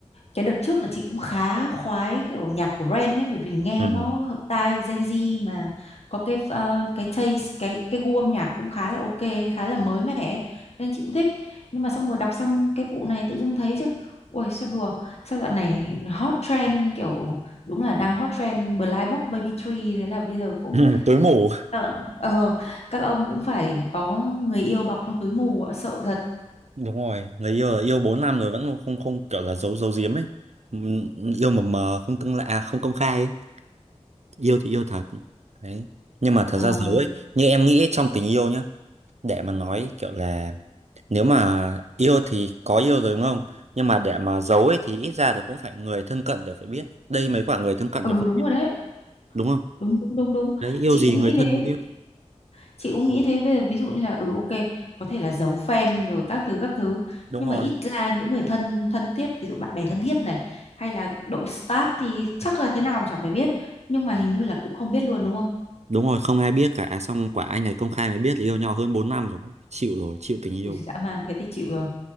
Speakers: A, on the left; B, on the right.
A: cái đợt trước là chị cũng khá khoái kiểu nhạc của Ren ấy bởi vì nghe
B: ừ.
A: nó hợp tai Gen Z mà có cái ờ, cái taste cái cái gu âm nhạc cũng khá là ok khá là mới mẻ ấy, nên chị cũng thích nhưng mà xong rồi đọc xong cái vụ này tự dưng thấy chứ ôi sao đùa sao dạo này hot trend kiểu đúng là đang hot trend Blind Box Baby Tree thế là bây giờ cũng
B: <laughs> tối mù
A: sợ ờ các ông cũng phải có người yêu bọc trong túi mù ạ, sợ thật
B: đúng rồi người yêu yêu 4 năm rồi vẫn không không kiểu là giấu giấu giếm ấy Ừ, yêu mập mờ không tương lạ à, không công khai ấy yêu thì yêu thật Đấy. Nhưng mà thật
A: Ờ,
B: ra dấu ấy, như em nghĩ trong tình yêu nhá, để mà nói kiểu là nếu mà yêu thì có yêu rồi đúng không? Nhưng mà để mà giấu ấy thì ít ra thì cũng phải người thân cận đều phải biết. Đây mấy quả người thân cận
A: ừ
B: đều không
A: đúng
B: biết,
A: rồi đấy
B: đúng không
A: đúng đúng đúng đúng
B: đấy yêu
A: chị
B: gì
A: cũng
B: người
A: nghĩ
B: thân
A: thế
B: không biết
A: chị cũng nghĩ thế bây giờ ví dụ như là ừ ok có thể là giấu fan rồi các thứ các thứ
B: đúng
A: nhưng
B: rồi.
A: mà ít ra những người thân thân thiết ví dụ bạn bè thân thiết này hay là đội staff thì chắc là thế nào mà chả phải biết nhưng mà hình như là cũng không biết luôn đúng không
B: đúng rồi không ai biết cả xong quả anh này công khai mới biết là yêu nhau hơn 4 năm rồi chịu rồi chịu tình yêu
A: Ui, dã man thế thì chịu rồi